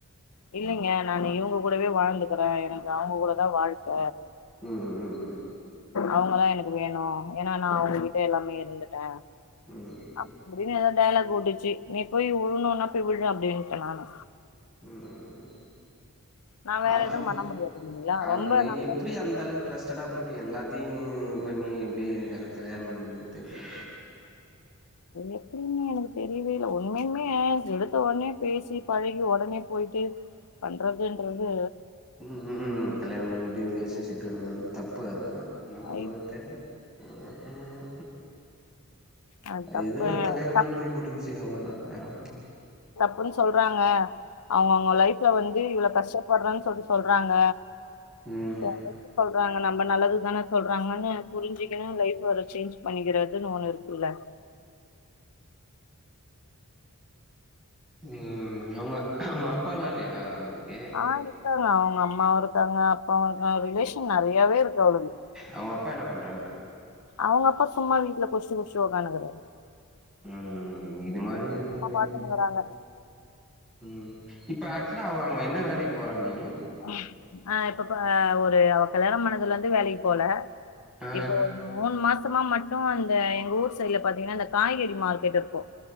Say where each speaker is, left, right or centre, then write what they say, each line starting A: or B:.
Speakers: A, on the left (about 80°); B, in the centre.
A: இல்லைங்க நானு இவங்க கூடவே வாழ்ந்துக்கறேன் எனக்கு அவுங்க கூடதான் வாழ்க்க
B: ம் ம்
A: அவுங்கதான் எனக்கு வேணும் ஏன்னா நான் அவங்க கிட்ட எல்லாமே இருந்துட்டேன்
B: ம்
A: அப்டி அப்டின்னு ஏதோ டயலாக் ஓட்டுச்சு நீ போய் விழுணும்னா போய் விழு அப்டின்ட்ட நானு
B: ம் ம்
A: நா வேற
B: அதுக்கு
A: எதுவு பண்ண முடியாது இல்லைங்களா
B: அதுங்க
A: ரொம்ப நா
B: எப்படி அந்த அளவுக்கு டிரஸ்ட்டடா போயி அப்படி எல்லாத்தையும் பண்ணி எப்படி இருந்தாலும் கல்யாணம் பண்ணிகிதுன்னு தெர்ல
A: எப்படின்னே எனக்கு தெரியவே இல்ல உண்மையால்மே எடுத்த உடனே பேசி பழகி ஒடனே போயிட்டு பண்றதுன்றது
B: ம் ம் கல்யாணம் பண்ணிட்டு ரிலேஷன்ஷிப்ல இருக்கிறது வந்து தப்பு அதெல்லாம் என்ன பண்றதே
A: ஐ
B: தெர்ல ஆமாங்க
A: அது தப்பு
B: இதுவா தலையில மண்ணு
A: தப்பு
B: அள்ளி போட்டுக்கிச்சி அவ்ளோதான் வேற ஒன்னும் இல்ல
A: புன் சொல்றாங்க அவங்க அவங்க லைஃப்ல வந்து இவ்ளோ கஷ்டப்படறன்னு சொல்லி சொல்றாங்க
B: ம்
A: யாராச்சி சொல் றாங்க நம்ம நல்லதுக்கு தான சொல்றாங்கன்னு புரிஞ்சிக்கணும் லைஃப வேற சேஞ்ச் பண்ணிக்கிறதுன்னு ஒண்ணு இரு உள்ள
B: உம் அவுங்க அவுங்க அப்பாலாம் இல்லையா அதுக்கு
A: ஆ இருக்காங்க அவங்க அம்மாவு இருக்காங்க அப்பாவு இருக்காங்க ரிலேஷ் நறையாவே இருக்கு அவ்ளுக்கு
B: அவங்க அப்பா என்ன பண்றாரு
A: அவ்ங்க அப்பா சும்மா வீட்ல குடுஸ்ட்டு குடுஸ்ட்டு உக்கானுகிறாறு
B: ம் ம் ம் ம் இது மாரி இருக்குது நறைய
A: பாத்துனுக்குறாங்க
B: ம் இப்ப ஆக்சுலா அவனு என்ன வேலைக் போறானீங்க
A: ஆ ஆ இப்பப்ப ஒரு அவா கல்யாணோ பண்ணதுல இருந்து வேலைக் போல
B: ஆ
A: இப்போ மூண் மாஸ் மொத்தமா மட்டும் அந்த எங்க ஊர் சைட்ல பாத்தீங்னா இந்த காய்கறி மார்க்கெட் இருக்கும்